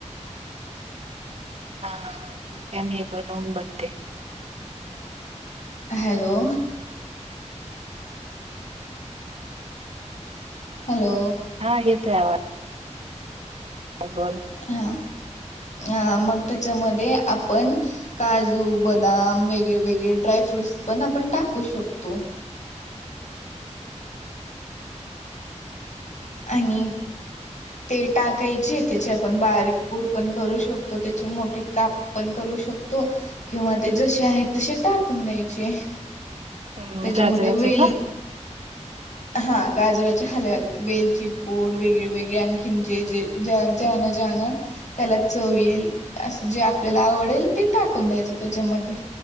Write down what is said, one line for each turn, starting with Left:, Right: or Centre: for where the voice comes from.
Right: हा ठीक आहे मी बनवून बत्ते.
Left: हॅलो. हॅलो.
Right: हा येतय आवाज. बोल.
Left: हा. अ मग त्याच्यामध्ये आपण काजू बदाम वेगळे वेगळे ड्राय फ्रूटस पण आपण टाकू शकतो. आणि ते टाकायचे त्याची आपण बारीक पूड पण करू शकतो त्याचे मोठे काप पण करू शकतो किंवा ते जसे आहेत तसे टाकून द्यायचे.
Right: हम्म
Left: त्याच्यामध्ये
Right: गाजराचे
Left: वेल
Right: का?
Left: हा गाजराच्या हलव्यात वेलची पूड वेगळे वेगळे आणखीन जे जे ज्यान जन त्याला चव येल असं जे आपल्याला आवडेल ते टाकून द्यायचं त्याच्यामध्ये